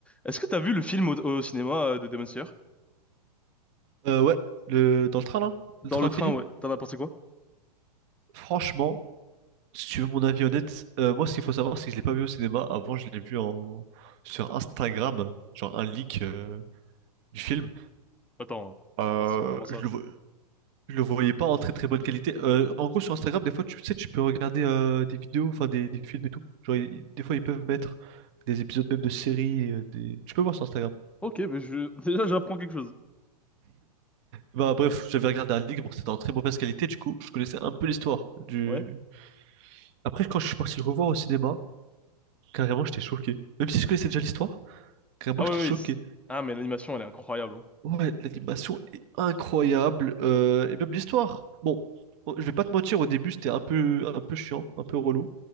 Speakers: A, in the centre; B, on the right (about 45°).
A: Est-ce que t'as vu le film au, au cinéma euh, de Demon Slayer?
B: Euh, ouais, le... dans le train là,
A: Dans
B: le train
A: le
B: infini.
A: train, ouais. T'en as pensé quoi?
B: Franchement, si tu veux mon avis honnête, euh, moi ce qu'il faut savoir c'est que je l'ai pas vu au cinéma. Avant je l'ai vu en sur Instagram, genre un leak euh, du film.
A: Attends,
B: Euh,
A: comment, ça? comment ça
B: je le... vo- je le voyais pas en très très bonne qualité. Euh, en gros sur Instagram des fois tu sais tu peux regarder euh, des vidéos, enfin des... des films et tout. Genre ils- des fois ils peuvent mettre des épisodes même de séries, euh, des... tu peux voir sur Instagram.
A: Ok, mais je... <laughs> déjà j'apprends quelque chose.
B: Bah bref, j'avais regardé un leak, bon c'était en très mauvaise qualité du coup je connaissais
A: Oh,
B: un peu l'histoire du.
A: Ouais.
B: Après quand je suis parti le revoir au cinéma. Carrément, j'étais choqué. Même si je connaissais déjà l'histoire, carrément,
A: Ah
B: j'étais
A: oui,
B: choqué.
A: oui. c'est- Ah, mais l'animation, elle est incroyable. hein.
B: Ouais, l'animation est incroyable, euh, et même l'histoire. Bon, oh, je vais pas te mentir, au début, c'était un peu, un peu chiant, un peu relou,